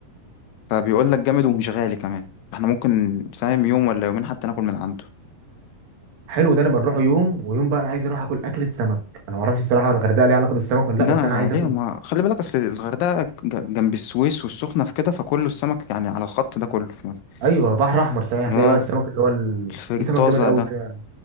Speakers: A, on the left; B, on the right.
A: فبيقول لك جامد ومش غالي كمان احنا ممكن فاهم يوم ولا يومين حتى ناكل من عنده
B: حلو ده نبقى نروح يوم ويوم بقى انا عايز اروح اكل اكله سمك انا ما اعرفش الصراحه الغردقه ليها علاقه بالسمك ولا
A: لا
B: لا بس انا عايز
A: ليه
B: اكل
A: ما خلي بالك اصل الغردقة ج- جنب السويس والسخنة في كده فكله السمك يعني على الخط ده كله في مرة.
B: ايوه بحر احمر صحيح
A: اه
B: هتلاقي بقى السمك اللي هو ال...
A: الفج-
B: في
A: الطازة
B: سمك جامد قوي
A: ده
B: كده